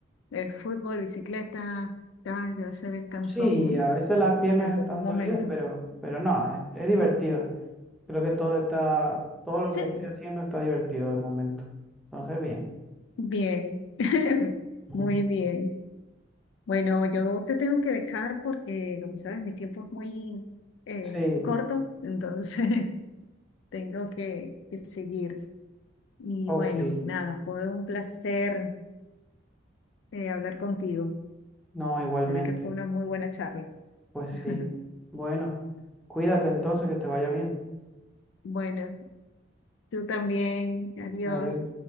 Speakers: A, on the left; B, in the centre.
A: de fútbol, bicicleta, tal, debe ser el cansón,
B: Sí,
A: ¿no?
B: a veces las piernas
A: En algún
B: están
A: momento.
B: dolidas, pero, pero no, es, es divertido. Creo que todo está, todo lo
A: Sí.
B: que estoy haciendo está divertido de momento. Entonces, bien.
A: Bien, <laughs>
B: Ujú.
A: muy bien. Bueno, yo te tengo que dejar porque, como sabes, mi tiempo es muy eh,
B: Sí,
A: corto, entonces <laughs> tengo que, que seguir. Y
B: ok.
A: bueno, nada, fue un placer eh, hablar contigo.
B: No, igualmente.
A: La verdad que fue una muy buena charla.
B: Pues
A: <laughs>
B: sí. Bueno, cuídate entonces, que te vaya bien.
A: Bueno, tú también. Adiós.
B: Adiós.